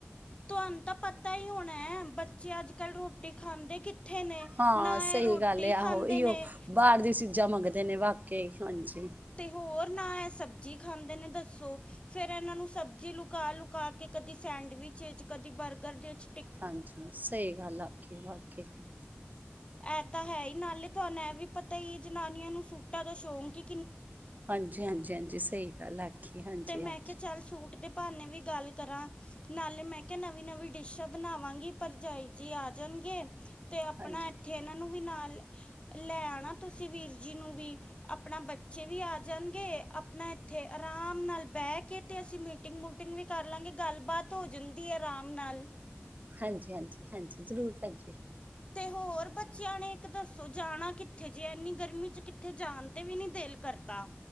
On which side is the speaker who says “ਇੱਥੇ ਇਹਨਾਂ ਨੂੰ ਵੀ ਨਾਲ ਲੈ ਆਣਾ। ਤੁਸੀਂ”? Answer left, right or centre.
Left